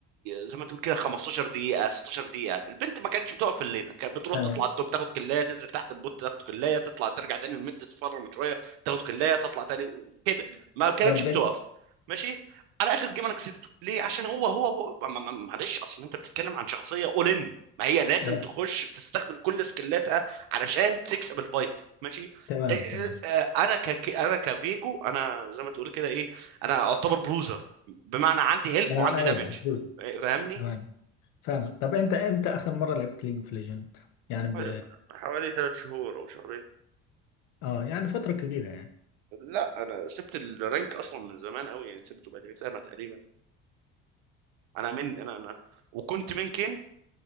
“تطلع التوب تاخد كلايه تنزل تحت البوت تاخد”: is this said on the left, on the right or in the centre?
Right